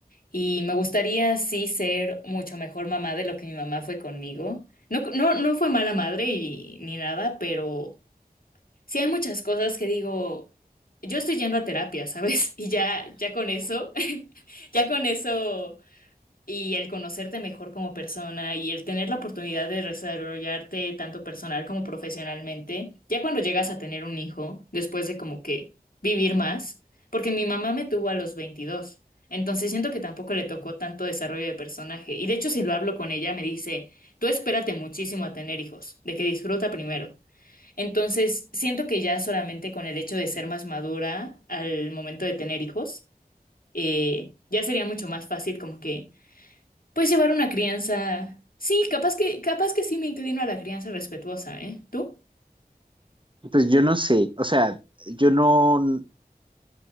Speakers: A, on the left; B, on the right.
A: y me gustaría sí ser mucho mejor mamá de lo que mi mamá fue conmigo. No, no, no fue mala madre y, ni nada, pero sí hay muchas cosas que digo, yo estoy yendo a terapia, ¿sabes? <laughs> Y ya, ya con eso, <laughs> ya con eso y el conocerte mejor como persona y el tener la oportunidad de desarrollarte tanto personal como profesionalmente, ya cuando llegas a tener un hijo, después de como que vivir más, porque mi mamá me tuvo a los veintidós entonces siento que tampoco le tocó tanto desarrollo de personaje y de hecho si lo hablo con ella me dice, tú espérate muchísimo a tener hijos, de que disfruta primero. Entonces, siento que ya solamente con el hecho de ser más madura al momento de tener hijos, eh, ya sería mucho más fácil como que pues llevar una crianza. Sí, capaz que, capaz que sí me inclino a la crianza respetuosa, ¿eh? ¿Tú?
B: Pues yo no sé, o sea, yo no,